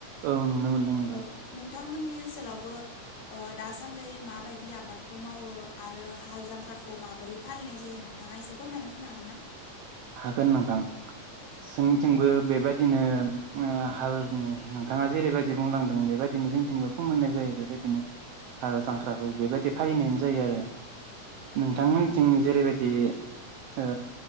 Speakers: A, on the right; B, on the left.
A: औ नुनो मोनदों नोंथां।
B: औ नोंथांमोननि ओनसोलावबो ओ दासान्दै माबायदि आबादखौ मावो आर रो हाल जांख्राखौ माबोरै फालिनाय जायो नोंथाङा एसे फोरमायना होनो हागोन ना?
A: हागोन नोंथां
B: औ
A: सों थिंबो बेबादिनो ओ हालनि नोंथाङा जेरैबायदि बुंलांदों बेबायदिनो जोंथिंबो फोमोननाय जायो बेबायदिनो हाल
B: औ
A: जांख्राखौ। बेबायदि फालिनायानो जायो आरो नोंथांमोननिथिं जेरैबायदि ओ